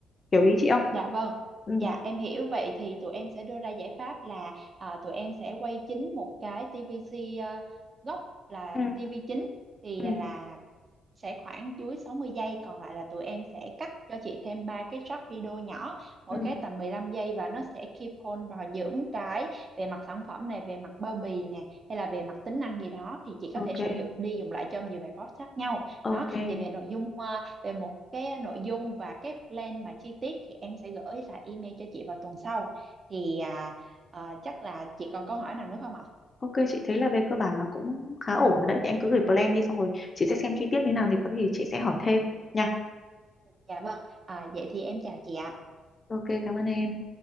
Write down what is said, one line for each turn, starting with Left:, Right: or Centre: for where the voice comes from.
Left: hiểu ý chị không
Right: dạ vâng
Left: ừ
Right: dạ em hiểu vậy thì tụi em sẽ đưa ra giải pháp là à, tụi em sẽ quay chính một cái TVC ờ, gốc là
Left: ừ
Right: TV chính thì
Left: ừ
Right: là sẽ khoảng dưới 60 giây còn lại là tụi em sẽ cắt cho chị thêm ba cái short video nhỏ mỗi
Left: ừ
Right: cái tầm 15 giây và nó sẽ keep on vào những cái về mặt sản phẩm này về mặt bao bì nè hay là về mặt tính năng gì đó thì chị có
Left: ok
Right: thể sử dụng đi dùng lại trong nhiều bài post khác nhau
Left: ok
Right: đó thì về nội dung ờ, về một cái nội dung và cái plan mà chi tiết thì em sẽ gửi lại email cho chị vào tuần sau thì à, ờ, chắc là chị còn câu hỏi nào nữa không ạ?
Left: ok chị thấy là về cơ bản là cũng khá ổn rồi đấy thì em cứ gửi plan đi xong rồi chị sẽ xem chi tiết như nào thì có gì chị sẽ hỏi thêm nha
Right: Dạ vâng, à, vậy thì em chào chị ạ.
Left: ok cảm ơn em